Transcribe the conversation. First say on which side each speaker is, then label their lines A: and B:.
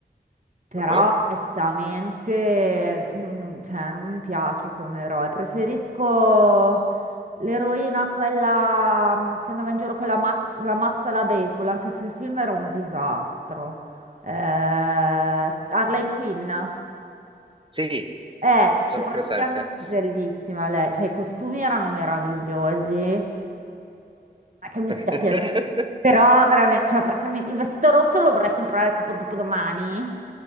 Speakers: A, on the right; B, on the right.
A: Però
B: Ah,
A: onestamente non, non- cioè, non mi piace come eroe, preferisco l'eroina, quella mm, che andava in giro con la, ma- la mazza da baseball, anche se il film era un disastro. Eh, Harley Quinn,
B: Sì,
A: eh,
B: sono
A: che praticamente
B: presente.
A: bellissima lei, cioè i costumi erano meravigliosi, ma che mi
B: <laughs>
A: sia piaciuto, però veramente, cioè francamente, il vestito rosso lo vorrei comprare tipo dopodomani,